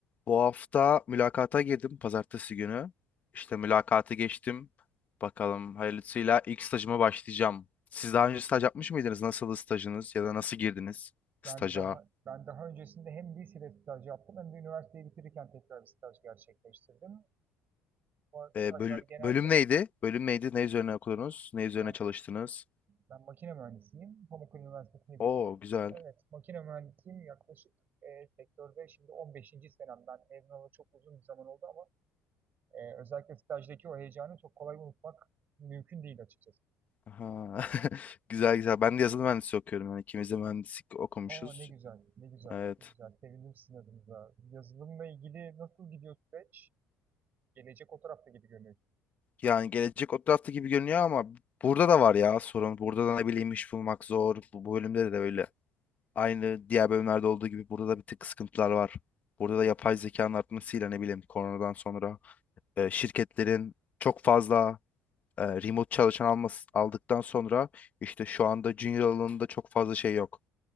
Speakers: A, on the left (about 35°); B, on the right (about 40°).
A: Bu hafta mülakata girdim pazartesi günü. İşte mülakatı geçtim. Bakalım hayırlısıyla ilk stajıma başlayacağım. Siz daha önce staj yapmış mıydınız? Nasıldı stajınız ya da nasıl girdiniz staja?
B: Ben daha ben daha öncesinde hem lisede staj yaptım hem de üniversiteyi bitirirken tekrar bir staj gerçekleştirdim. Bu
A: Ee,
B: stajlar
A: böl-
B: genelde
A: bölüm neydi?
B: bir-
A: Bölüm neydi? Ne üzerine okudunuz? Ne üzerine
B: ben,
A: çalıştınız?
B: ben makine mühendisiyim. Pamukkale Üniversitesi'ni bitirdim.
A: Oo güzel.
B: Evet, makine mühendisiyim yaklaşık e, sektörde şimdi 15. senemden mezun olalı çok uzun bir zaman oldu ama e, özellikle stajdaki o heyecanı çok kolay unutmak mümkün değil açıkçası.
A: Aha. <laughs> Güzel güzel. Ben de yazılım mühendisliği okuyorum. Yani ikimiz de mühendislik okumuşuz.
B: Aa ne güzel, ne güzel,
A: Evet.
B: ne güzel. Sevindim sizin adınıza. Yazılımla ilgili nasıl gidiyor süreç? Gelecek o tarafta gibi görünüyor.
A: Yani gelecek o tarafta gibi görünüyor ama burada da var ya sorun. Burada da ne bileyim iş bulmak zor. Bu bu bölümde de öyle. Aynı diğer bölümlerde olduğu gibi burada da bir tık sıkıntılar var. Burada da yapay zekanın artmasıyla ne bileyim koronadan sonra e, şirketlerin çok fazla e, remote çalışan almas, aldıktan sonra işte şu anda junior alanında çok fazla şey yok.